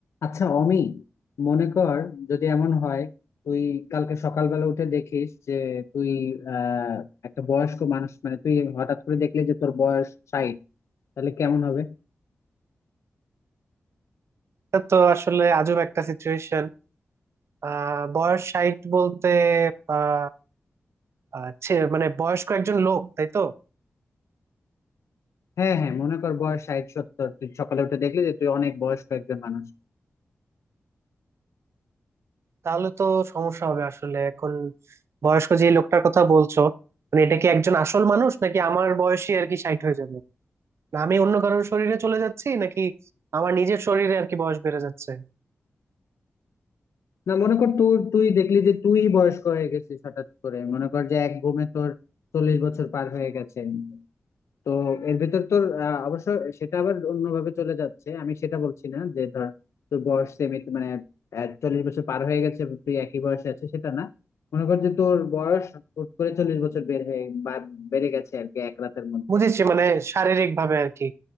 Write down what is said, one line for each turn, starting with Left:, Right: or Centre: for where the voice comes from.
Left: আচ্ছা অমি মনে কর যদি এমন হয় তুই কালকে সকালবেলা উঠে দেখিস যে তুই আহ একটা বয়স্ক মানুষ মানে তুই হঠাৎ করে দেখলি যে তোর বয়স ষাট তাহলে কেমন হবে
Right: এটা তো আসলে আজব একটা সিচুয়েশন আহ বয়স ষাট বলতে আহ, আহ, ছে- মানে বয়স্ক একজন লোক তাই তো
Left: হ্যাঁ হ্যাঁ মনে কর বয়স ষাট সত্তর তুই সকালে উঠে দেখলি যে তুই অনেক বয়স্ক একজন মানুষ
Right: তাহলে তো সমস্যা হবে আসলে এখন বয়স্ক যে লোকটার কথা বলছো মানে এটা কি একজন আসল মানুষ নাকি আমার বয়সী আর কি ষাট হয়ে যাবে না আমি অন্য কারোর শরীরে চলে যাচ্ছি নাকি আমার নিজের শরীরে আর কি বয়স বেড়ে যাচ্ছে
Left: না মনে কর তুই তুই দেখলি যে তুই বয়স্ক হয়ে গেছিস হঠাৎ করে মনে কর যে এক ঘুমে তোর চল্লিশ বছর পার হয়ে গেছে তো এর ভিতর তোর আহ, অবশ্য সেটা আবার অন্যভাবে চলে যাচ্ছে আমি সেটা বলছি না যে ধর তোর বয়স সেমি মানে আহ, চল্লিশ বছর পার হয়ে গেছে তুই একই বয়সে আছে সেটা না মনে কর যে তোর বয়স হুট করে চল্লিশ বছর বের হয়ে বা বেড়ে গেছে আর কি এক রাতের মধ্যে
Right: বুঝেছি মানে শারীরিক ভাবে আর কি